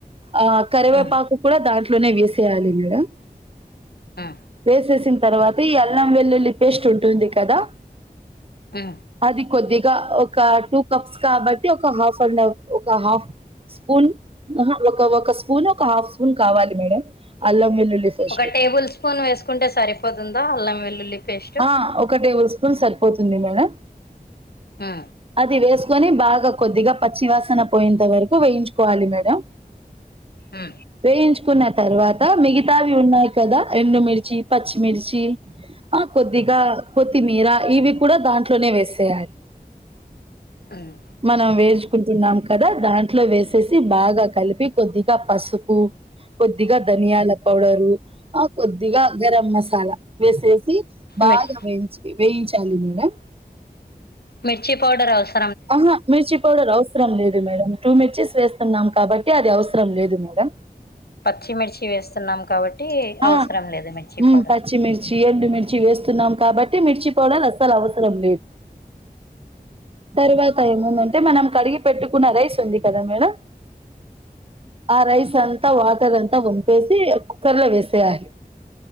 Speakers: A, on the right (about 35°); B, on the left (about 80°).
A: ఆ కరివేపాకు
B: ఆ
A: కూడా దాంట్లోనే వేసేయాలి మేడం
B: ఆ
A: వేసేసిన తర్వాత ఈ అల్లం వెల్లుల్లి పేస్ట్ ఉంటుంది కదా
B: ఆ
A: అది కొద్దిగా ఒక టూ కప్స్ కాబట్టి ఒక హాఫ్ అన్ అఫ్ ఒక హాఫ్ స్పూన్ ఒక ఒక స్పూన్ ఒక హాఫ్ స్పూన్ కావాలి మేడం అల్లం వెల్లుల్లి పేస్ట్
B: ఒక టేబుల్ స్పూన్ వేసుకుంటే సరిపోతుందా అల్లం వెల్లుల్లి పేస్ట్
A: ఆ ఒక టేబుల్ స్పూన్ సరిపోతుంది మేడం
B: ఊ
A: అది వేసుకొని బాగా కొద్దిగా పచ్చివాసన పోయేంత వరకు వేయించుకోవాలి మేడం
B: ఉ
A: వేయించుకున్న తర్వాత మిగతావి ఉన్నాయి కదా ఎండుమిర్చి పచ్చిమిర్చి ఆ కొద్దిగా కొత్తిమీర ఇవి కూడా దాంట్లోనే వేసేయాలి
B: అవును
A: మనం వేచుకుంటున్నాం కదా దాంట్లో వేసేసి బాగా కలిపి కొద్దిగా పసుపు కొద్దిగా ధనియాల పౌడరు ఆ కొద్దిగా గరం మసాలా వేసేసి బాగా
B: మిర్
A: వేయించి వేయించాలి మేడం
B: మిర్చి పౌడర్ అవుస్
A: ఆహా మిర్చి పౌడర్ అవు అసరం లేదు మేడం టూ మిర్చెస్ వేస్తున్నాం కాబట్టి అది అవసరం లేదు మేడం
B: పచ్చిమిర్చి వేస్తున్నాం కాబట్టి
A: ఆ
B: అవసరం లేదు మిర్చి
A: మేం
B: పౌడర్
A: పచ్చిమిర్చి ఎండు మి మిర్చి వేస్తున్నాం కాబట్టి మిర్చి పౌడర్ అస్సలు అవసరం లేదు తర్వాత ఏముందంటే మనం కడిగి పెట్టుకున్న రైస్ ఉంది కదా మేడం ఆ రైస్ అంతా వాటర్ అంతా ఉంపేసి కుక్కర్ లో వేస్ వేయాలి